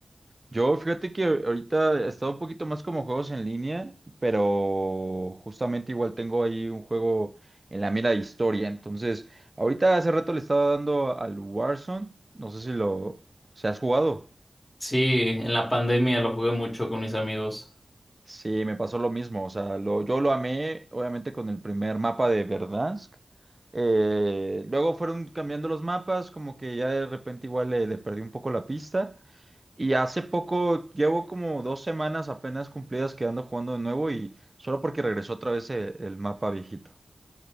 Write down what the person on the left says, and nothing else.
Sí, en la pandemia lo jugué mucho con mis amigos.